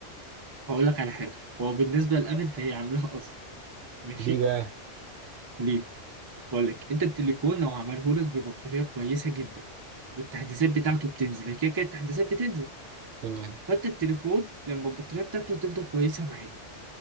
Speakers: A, on the right; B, on the right.
A: هقول لك على حاجة هو بالنسبة لأبل فهي عاملاها قصد ماشي
B: ليه بقى
A: ليه؟ هقول لك أنت التليفون لو عمله لك ببطارية كويسة جدا والتحديثات بتاعته بتنزل هي كده كده التحديثات بتنزل
B: تمام
A: فأنت التليفون لما البطارية بتاعته تفضل كويسة معاك